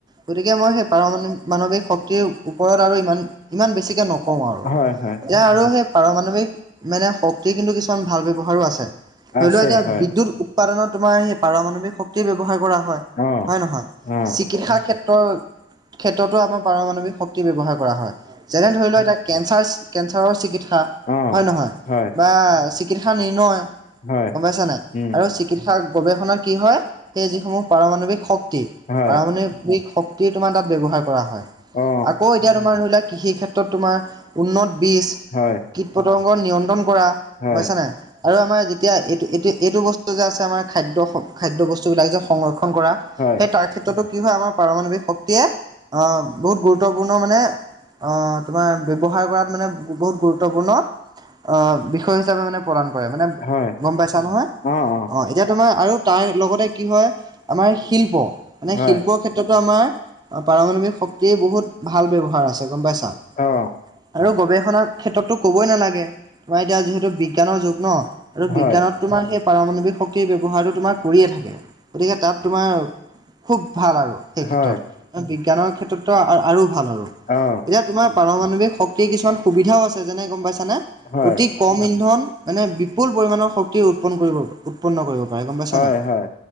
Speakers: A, on the right; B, on the left.
A: গতিকে মই সেই পাৰমাণিক মান মানৱিক শক্তিৰ ওপৰত আৰু ইমান ইমান বেছিকে নক কওঁ আৰু
B: হয় হয়
A: এয়া আৰু সেই পাৰমাণৱিক মানে শক্তি কিন্তু কিছুমান ভাল ব্যৱহাৰো আছে। ধৰি
B: আছে
A: লোৱা এতিয়া
B: হয়।
A: বিদ্যুৎ উৎপাদনত তোমাৰ সেই পাৰমাৱিক শক্তি ব্যৱহাৰ কৰা হয়,
B: অ
A: হয় নহয়?
B: অ
A: চিকিৎসা ক্ষেত্ৰ ক্ষেত্ৰতো আমাৰ পাৰমাণৱিক শক্তি ব্যৱহাৰ কৰা হয়, যেনে ধৰি লোৱা এতিয়া কেঞ্চাৰ কেঞ্চাৰৰ চিকিৎসা
B: অ
A: হয় নহয়?
B: হয়
A: বা চিকিৎসা নিৰ্ণয়।
B: হয়
A: গম পাইছা নাই।
B: উম।
A: আৰু চিকিৎসা গৱেষণা কি হয় সেই যিসমূহ পাৰমাণৱিক শক্তি
B: হয়।
A: পাৰমাণ ৱিক শক্তি তোমাৰ তাত ব্যৱহাৰ কৰা হয়।
B: অ
A: আকৌ এতিয়া তোমাৰ ধৰি লোৱা-কৃষি ক্ষেত্ৰত তোমাৰ উন্নত বীজ
B: হয়
A: কীট-পতংগ নিয়ন্ত্ৰণ কৰা,
B: হয়
A: পাইছা নাই। আৰু আমাৰ যেতিয়া এইটো, এইটো এইটো বস্তু যে আছে আমাৰ খাদ্য খাদ্য বস্তুবিলাক যে সংৰক্ষণ কৰা,
B: হয়
A: সেই তাৰ ক্ষেত্ৰতো কি হয় আমাৰ পাৰমাৱিক শক্তিয়ে অ বহুত গুৰুত্বপূৰ্ণ মানে আহ তোমাৰ ব্যৱহাৰ কৰাত মানে বহুত গুৰুত্বপূৰ্ণ অঁহ, বিষয় হিচাপে মানে প্ৰদান কৰে, মানে
B: হয়
A: গম পাইছা নহয়?
B: অ অ
A: অঁ, এতিয়া তোমাৰ আৰু তাৰ লগতে কি হয় আমাৰ শিল্প মানে
B: হয়
A: শিল্পৰ ক্ষেত্ৰ আমাৰ পাৰমাণৱিক শক্তিৰ বহুত ভাল ব্যৱহাৰ আছে। গম পাইছা?
B: অ
A: আৰু গৱেষণাৰ ক্ষেত্ৰততো ক'বই নালাগে তোমাৰ এতিয়া যিহেতু বিজ্ঞানৰ যুগ ন! আৰু
B: হয়
A: বিজ্ঞানত তোমাৰ সেই পাৰমাণৱিক শক্তিৰ ব্যৱহাৰটো তোমাৰ কৰিয়ে থাকে। গতিকে, তাত তোমাৰ খুব ভাল আৰু। সেই ক্ষেত্ৰত,
B: হয়
A: বিজ্ঞানৰ ক্ষেত্ৰততো আৰু ভাল আৰু।
B: অ
A: এতিয়া তোমাৰ পাৰমাণৱিক শক্তিৰ কিছুমান সুবিধাও আছে যেনে গম পাইছানে?
B: হয়
A: অতি কম কম ইন্ধন মানে বিপুল পৰিণৰ শক্তি উৎপন্ কৰিব উৎপন্ন কৰিব পাৰে, গম পাইছা
B: হয়
A: নাই?
B: হয়